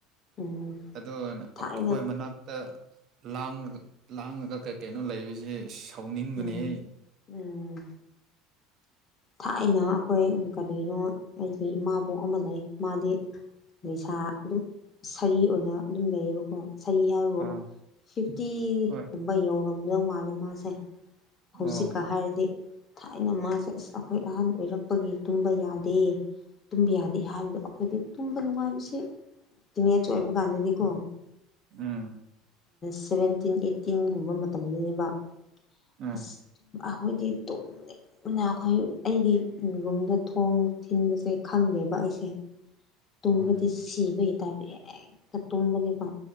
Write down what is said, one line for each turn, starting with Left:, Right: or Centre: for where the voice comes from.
Left: ꯎꯝ
Right: ꯑꯗꯣ ꯑꯩꯈꯣꯏ
Left: ꯊꯥꯏꯅ
Right: ꯃꯅꯥꯛ ꯇ ꯂꯥꯡ ꯂꯥꯡꯉꯒ ꯂꯥꯡꯉꯒ ꯀꯩ ꯀꯩꯅꯣ ꯂꯩꯕꯁꯦ ꯁꯥꯎꯅꯤꯡꯕꯅꯦ
Left: ꯎꯝ ꯎꯝ ꯊꯥꯏꯅ ꯑꯩꯈꯣꯏ ꯀꯔꯤꯅꯣ ꯑꯩꯒꯤ ꯏꯃꯥꯕꯣꯛ ꯑꯃ ꯂꯩ ꯃꯥꯗꯤ ꯂꯩꯁꯥ ꯑꯗꯨꯝ ꯁꯔꯤ ꯑꯣꯏꯅ ꯑꯗꯨꯝ ꯂꯩꯌꯦꯕ ꯑꯣ ꯁꯔꯤ ꯍꯥꯏꯕꯨ
Right: ꯑꯥ
Left: ꯐꯤꯞꯇꯤꯒꯨꯝꯕ
Right: ꯍꯣꯏ
Left: ꯌꯧꯔꯝꯗꯧ ꯃꯥꯜꯂꯦ ꯃꯥꯁꯦ ꯍꯧꯖꯤꯛꯀ
Right: ꯑꯣ
Left: ꯍꯥꯏꯔꯗꯤ ꯊꯥꯏꯅ ꯃꯥꯁꯦ ꯑꯁ ꯑꯩꯈꯣꯏ ꯑꯍꯟ ꯑꯣꯏꯔꯛꯄꯒꯤ ꯇꯨꯝꯕ ꯌꯥꯗꯦ ꯇꯨꯝꯕ ꯌꯥꯗꯦ ꯍꯥꯏꯕꯗꯣ ꯑꯩꯈꯣꯏꯗꯤ ꯇꯨꯝꯕ ꯅꯨꯡꯉꯥꯏꯕꯁꯤ ꯇꯤꯟ ꯑꯦꯖ ꯑꯣꯏꯕ ꯀꯥꯟꯗꯗꯤꯀꯣ
Right: ꯎꯝ
Left: ꯁꯚꯦꯟꯇꯤꯟ ꯑꯩꯠꯇꯤꯟꯒꯨꯝꯕ ꯃꯇꯝꯗꯅꯦꯕ
Right: ꯎꯝ
Left: ꯑꯁ ꯑꯩꯈꯣꯏꯗꯤ ꯇꯨꯝꯃꯦ ꯅ ꯑꯩꯈꯣꯏ ꯑꯩꯒꯤ ꯌꯨꯝꯗ ꯊꯣꯡ ꯊꯤꯟꯕꯁꯦ ꯈꯪꯗꯦꯕ ꯑꯩꯁꯦ ꯇꯨꯝꯕꯗꯤ
Right: ꯑꯣ
Left: ꯁꯤꯕꯒꯤ ꯇꯥꯏꯕ ꯍꯦꯛꯇ ꯇꯨꯝꯕꯅꯦꯕ